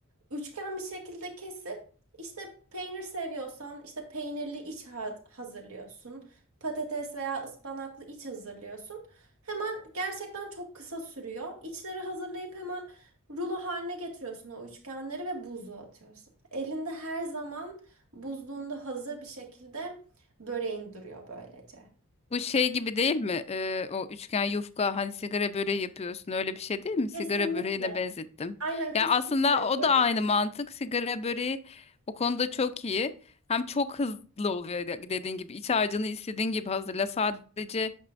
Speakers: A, on the right; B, on the left.
A: Üçgen bir şekilde kesip işte peynir seviyorsan işte peynirli iç ha- hazırlıyorsun. Patates veya ıspanaklı iç hazırlıyorsun. Hemen gerçekten çok kısa sürüyor. İçleri hazırlayıp hemen rulo haline getiriyorsun o üçgenleri ve buzluğa atıyorsun. Elinde her zaman buzluğunda hazır bir şekilde böreğin duruyor böylece.
B: Bu şey gibi değil mi? Ee, o üçgen yufka hani sigara böreği yapıyorsun öyle bir şey değil mi? Sigara
A: Kesinlikle.
B: böreğine benzettim.
A: Aynen
B: Yani
A: kesinlikle
B: aslında o
A: böreği.
B: da aynı mantık. Sigara böreği o konuda çok iyi. Hem çok hızlı oluyor de- dediğin gibi. İç harcını istediğin gibi hazırla. Sadece